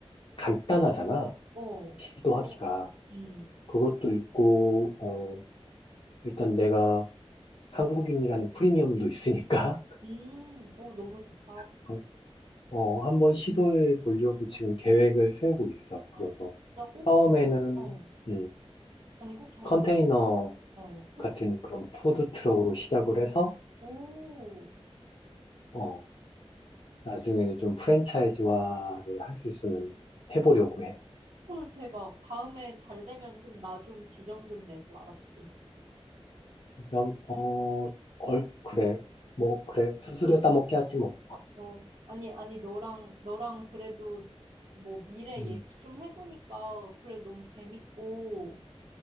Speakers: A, on the left; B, on the right.
A: 간단하잖아.
B: 어.
A: 시도하기가
B: 응,
A: 그것도 있고 어 일단 내가 한국인이라는 프리미엄도 있으니까.
B: 음, 어, 너무 좋다.
A: <laughs> 어, 한번 시도해 보려고 지금 계획을 세우고 있어. 그래서
B: 아, 진짜 꼭,
A: 처음에는
B: 어.
A: 음,
B: 아니, 꼭 잘,
A: 컨테이너
B: 어. 혼-
A: 같은 그런 푸드 트럭으로 시작을 해서
B: 오.
A: 어, 나중에는 좀 프랜차이즈화를 할 수 있으면 해보려고 해.
B: 헐, 대박. 다음에 잘 되면 좀 나 좀 지점 좀 내줘, 알았지?
A: 지점 어, 얼, 그래. 뭐 그래. 수수료 따먹게 하지 뭐.
B: 어, 아니, 아니, 너랑, 너랑 그래도 뭐 미래
A: 음.
B: 얘기 좀 해보니까 그래 너무 재밌고,